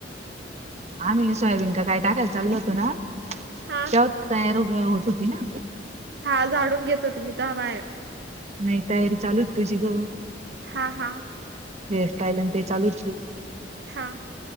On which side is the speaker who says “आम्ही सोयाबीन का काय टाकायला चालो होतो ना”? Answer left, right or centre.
Right